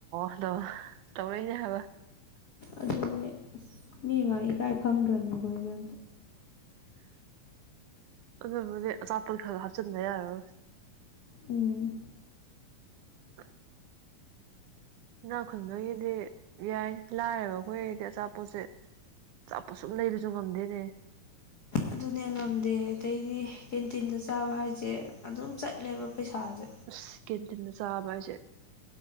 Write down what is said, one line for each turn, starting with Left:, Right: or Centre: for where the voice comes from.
Right: ꯑꯗꯣ ꯇꯧꯔꯛꯏꯅꯦ ꯍꯥꯏꯕ
Left: ꯑꯗꯨꯅꯦ ꯑꯁ ꯃꯤ ꯃꯥ ꯏꯀꯥꯏ ꯈꯪꯗ꯭ꯔꯕꯅꯤꯈꯣꯏꯖ
Right: ꯎ ꯑ ꯃ ꯆꯥꯄꯜ ꯈꯥꯒ ꯍꯥꯥꯞꯆꯗ ꯌꯥꯔꯣ
Left: ꯎꯝ
Right: ꯍꯨꯝꯃꯝ ꯏꯅꯥꯈ ꯈꯨꯟꯕꯒꯤꯗꯤ ꯌꯥꯏ ꯂꯥꯏꯔꯦꯕ ꯑꯩꯈꯣꯏꯔꯗꯤ ꯑꯆꯥꯄꯣꯠꯁꯦ ꯆꯞꯄ ꯁꯨꯝ ꯂꯩꯕꯁꯨ ꯉꯝꯗꯦꯅꯦ
Left: ꯑꯗꯨꯅꯦ ꯉꯝꯗꯦ ꯑꯗꯩꯗꯤ ꯀꯦꯟꯇꯤꯟꯗ ꯆꯥꯕ ꯍꯥꯏꯁꯦ ꯑꯗꯨꯝ ꯆꯠꯂꯦꯕ ꯄꯩꯁꯥꯁꯦ
Right: ꯑꯁ ꯀꯦꯟꯇꯤꯟꯗ ꯆꯥꯕ ꯍꯥꯏꯁꯦ